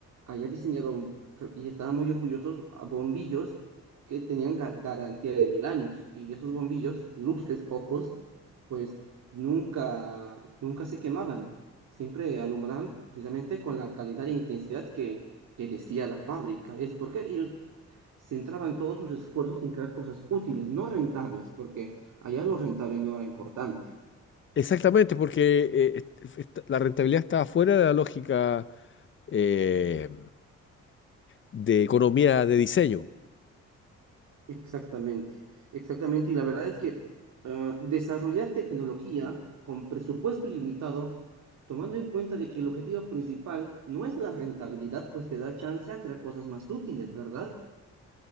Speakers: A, on the right; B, on the left.
A: allá diseñaron y estaban muy orgullosos a bombillos que tenían ga- garantía de mil años y esos bombillos, luces, focos, pues nunca, nunca se quemaban, siempre alumbraban precisamente con la calidad e intensidad que, que decía la fábrica. Es porque ellos centraban todos sus esfuerzos en crear cosas útiles, no rentables, porque allá lo rentable no era importante.
B: Exactamente, porque eh, est- est- la rentabilidad está fuera de la lógica eh, de economía de diseño.
A: Exactamente, exactamente. Y la verdad es que ah, desarrollar tecnología con presupuesto ilimitado, tomando en cuenta de que el objetivo principal no es la rentabilidad, pues te da chance a crear cosas más útiles, ¿verdad?